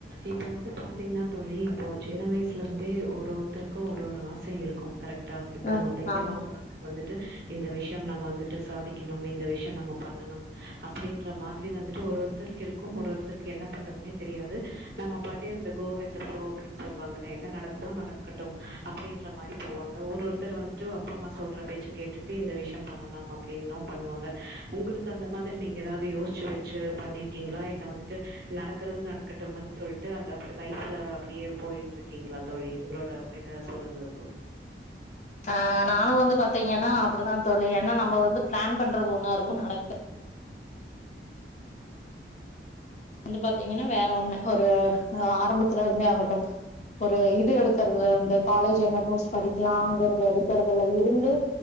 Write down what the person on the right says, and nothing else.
இப்போ வந்து பாத்தீங்னா தோழி இப்போ சின்ன வயிஸ்ல இர்ந்தே ஒரு ஒருத்தருக்கொ ஒரு ஒரு ஆசை இருக்கு கரெக்டா இப்ப
நம்ம பெறியவாங்க
வந்துட்டு இந்த விஷ்யம் நம்ம வந்துட்டு சாதிக்ணும் இந்த விஷ்யம் நம்ம பண்ணணும் அப்டின்ற மாதிரி வந்துட்டு ஒரு ஒருத்தருக்கு இருக்கும் ஒரு ஒருத்தருக்கு என்ன பண்றதுனே தெரியாது நம்ம பாட்டு இந்த கோ வித்து ஃப்ளோ அப்டின் சொல்வாங்கல்ல என்ன நடக்குதோ நடக்கட்டும் அப்டின்ற மாரி போவாங்க ஒரு ஒருத்தர் வந்துட்டு அப்பா அம்மா சொல்ற பேச்சு கேட்டுட்டு இந்த விஷ்யம் பண்ணலாம் அப்படின்னு பண்ணுவாங்க உங்ளுக் க்கு அந்த மாதிரி நீங்க ஏதாவ்து யோஸ்ச்சு வெச்சு பண்ணீர்க்கீங்ளா இல்ல வந்துட்டு நடக்கற்து நடக்கட் டுங்கன் சொல்ட்டு அந்த அப் லைஃப்ல அப்டியே போயிட்ருக்கீங்ளா தோழி உங்ளோட இத சொல்லுங்க தோழி